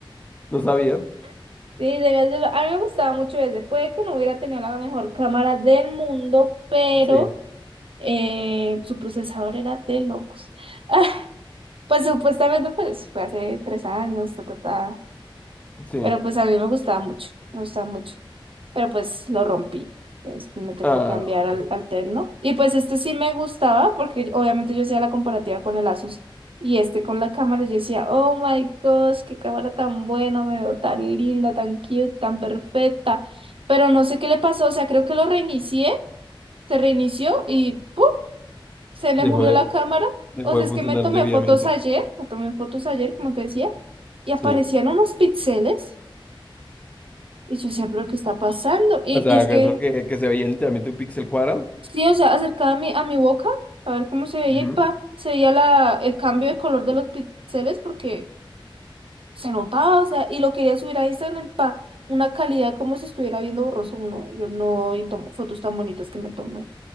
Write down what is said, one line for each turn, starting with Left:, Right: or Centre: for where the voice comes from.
Left: No sabía.
Right: <laughs> sí, debías de lo- A mí me gustaba mucho ese. Puede que no hubiera tenido la mejor cámara del mundo, pero
Left: Sí,
Right: eh, su procesador era de locos. <laughs> Pues supuestamente pues, fue hace tres años, ta, ta, ta.
Left: sí.
Right: Pero pues a mí me gustaba mucho, me gustaba mucho. Pero pues lo rompí. Pues me tocó
Left: Ah,
Right: cambiar al, al Tecno. Y pues este sí me gustaba porque obviamente yo hacía la comparativa con el Asus y este con la cámara. y Yo decía, oh my gosh, qué cámara tan buena, me veo tan linda, tan cute, tan perfecta. Pero no sé qué le pasó, o sea, creo que lo reinicié, se reinició y ¡pum! se le
Left: dejó
Right: murió
Left: de,
Right: la cámara.
Left: dejó
Right: O sea,
Left: de
Right: es
Left: funcionar
Right: que me tomé
Left: debidamente.
Right: fotos ayer, me tomé fotos ayer, como te decía, y aparecían
Left: Sí.
Right: unos píxeles. Y yo decía, pero ¿qué está pasando? Y,
Left: O sea,
Right: y es
Left: eso
Right: que,
Left: que, que se veía literalmente un píxel cuadrado.
Right: sí, o sea, acercaba a mi, a mi boca a ver cómo se veía
Left: Ujú.
Right: y pa, se veía la, el cambio de color de los píxeles porque se notaba, o sea, y lo quería subir a Instagram pa, una calidad como si estuviera viendo borroso uno. Y Yo no, y tomo fotos tan bonitas que me tomé.